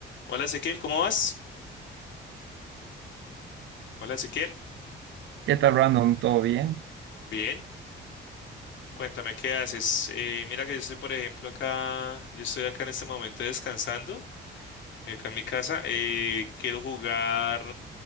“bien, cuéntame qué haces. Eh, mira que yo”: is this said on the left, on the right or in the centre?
Left